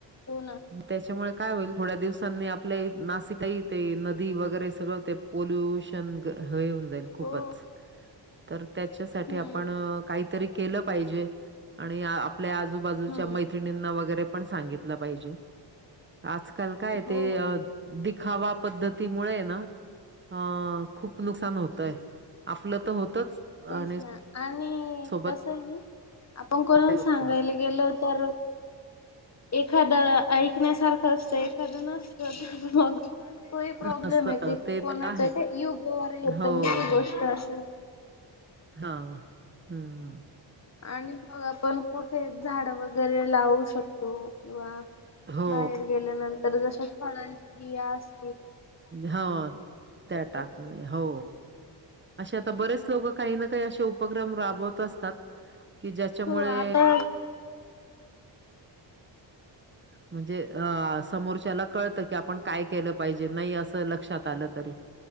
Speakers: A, on the left; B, on the right.
A: हो ना
B: त्याच्यामुळे काय होईल थोड्या दिवसांनी आपल्या नाशिकाही ते नदी वगैरे सगळं ते पोल्युशन हेऊन जाईल खूपच,
A: हो
B: तर त्याच्यासाठी
A: हम्म
B: आपण काहीतरी केलं पाहिजे आणि आपल्या आजूबाजूच्या
A: हम्म
B: मैत्रि निंना वगैरे पण सांगितलं पाहिजे, आजकाल काय
A: हो
B: ते दिखावा पद्धतीमुळे ना, अ खूप नुकसान होतय. आपलं त होतच.
A: तेच
B: आणि
A: ना आणि
B: सोबत
A: कसं आहे ना आपण कोणा
B: होत.
A: सांगायला गेल तर, एखादं ऐकण्यासारखं असतं एखादं नस <unintelligible> पही
B: नसत
A: प्रॉब्लेम आहे क
B: ते तर
A: कोणाच्या
B: आहे
A: का युग व येत
B: हो
A: न ती
B: हो.
A: गोष्ट असं.
B: हा, हम्म.
A: आणि मग आपण कुठे झाड वगैरे लावू शकतो किंवा
B: हो
A: बाहेर गेल्यानंतर जश फळांची <unintelligible>
B: हा, त्या टाकणे
A: गोष्टी
B: हो. अशे आता
A: हम्म
B: बरेच लोक काही ना काही असे उपक्रम राबवत असतात की ज्याच्यामुळे
A: हो आता
B: म्हणजे अ समोरच्याला कळतं की आपण काय केलं पाहिजे नाही असं लक्षात आलं तरी.